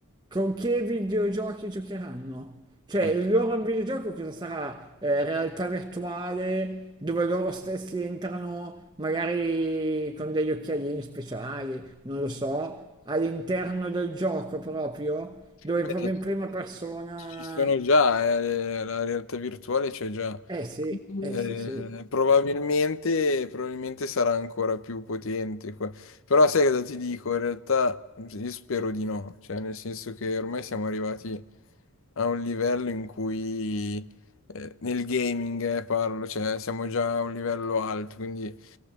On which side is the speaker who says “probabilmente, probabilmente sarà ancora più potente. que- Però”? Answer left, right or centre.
Left